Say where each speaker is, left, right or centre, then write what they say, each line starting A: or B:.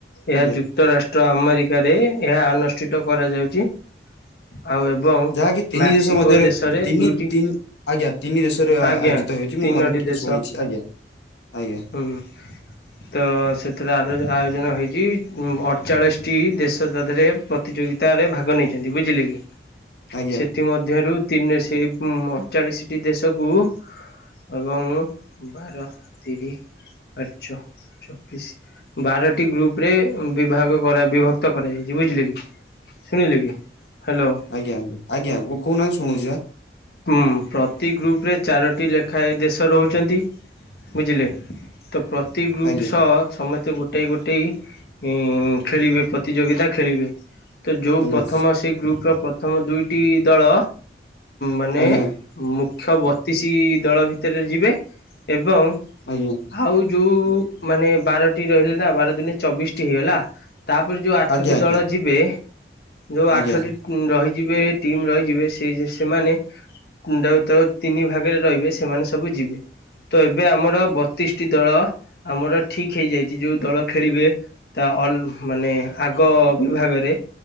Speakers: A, on the left; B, on the left.
A: ଏହା
B: ଆଜ୍ଞା
A: ଯୁକ୍ତ ରାଷ୍ଟ୍ର ଆମେରିକାରେ ଏହା ଅନୁଷ୍ଠିତ କରାଯାଉଛି। ଆଉ ଏବଂ
B: ଯାହାକି ତିନି
A: ମେକ୍ସିକୋ
B: ଦେଶ ମଧ୍ୟରେ
A: ଦେଶରେ
B: ତିନି
A: ଦୁଇଟି
B: ତିନି ଆଜ୍ଞା ତିନି ଦେଶରେ ଆ-
A: ଆଜ୍ଞା।
B: ଆୟୋଜିତ ହେଉଛି ମୁଁ
A: ତିନୋଟି
B: ମଧ୍ୟ ଟିକେ
A: ଦେଶ
B: ଶୁଣିଛି ଆଜ୍ଞା ଆଜ୍ଞା
A: ହୁଁ। ତ ସେଥିରେ ଆର ଆୟୋଜନ ହେଇଛି ଅଠଚାଳିଶଟି ଦେଶ ତା ଦେହରେ ପ ତିଯୋଗିତାରେ ଭାଗ ନେଇଛନ୍ତି ବୁଝିଲେ କି।
B: ଆଜ୍ଞା
A: ସେଥିମଧ୍ୟରୁ ତିନି ସେଇ ଅଠଚାଳିଶଟି ଦେଶକୁ ଏବଂ ବାର ତିରି ବାର ଚଉ ଚତିଶ ବାରଟି ଗ୍ରୁପ ରେ ବିଭାଗ ବିଭକ୍ତ କରାଯାଇଛି ବୁଝିଲେ କି। ଶୁଣିଲେ କି ହ୍ୟାଲୋ
B: ଆଜ୍ଞା ଆଜ୍ଞା ଆଜ୍ଞା କହୁନାହାନ୍ତି ଶୁଣୁଛି ବା।
A: ହୁଁ ପ୍ରତି ଗ୍ରୁପ ରେ ଚାରୋଟି ଲେଖ ଖାଏ ଦେଶ ରହୁଛନ୍ତି ବୁଝିଲେ ତ ପ୍ର ପ୍ରତି ଗ୍ରୁପ
B: ଆଜ୍ଞା
A: ସହ ସମସ୍ତେ ଗୋଟେଏ ଗୋଟେଏ ଖେଳିବେ ପ୍ରତିଯୋଗିତା ଖେଳିବେ। ତ ଯୋଉ
B: ଆଜ୍ଞା
A: ପ୍ରଥମ ସେ ଗ୍ରୁପ ର ପ୍ରଥମ ଦୁଇଟି ଦଳ ମାନେ
B: ଆଜ୍ଞା
A: ମୁଖ୍ୟ ବତିସି ଦଳ ଭିତରେ ଯିବେ ଏବଂ
B: ଆଜ୍ଞା।
A: ଆଉ ଯୋଉ ମାନେ ବାରଟି ରହିଲେ ନା ବାର ଦିନେ ଚବିଶଟି ହେଇଗଲା। ତାପରେ ଯୋଉ ଆଠଟି
B: ଆଜ୍ଞା ଆଜ୍ଞା
A: ଦଳ ଯିବେ ଯୋଉ ଆଠଟି
B: ଆଜ୍ଞା
A: ରହିଯିବେ ଟିମ୍ ରହିଯିବେ ସେ ସେମାନେ ଯ ତା ତିନି ଭାଗରେ ରହିବେ ସେମାନେ ସବୁ ଯିବେ। ତ ଏବେ ଆମର ବତିଶଟି ଦଳ ଆମର ଠିକ ହେଇଯାଇଛି ଯୋଉ ଦଳ ଖେଳିବେ। ତ ଅଲ ମାନେ ଆଗ ବିଭାଗରେ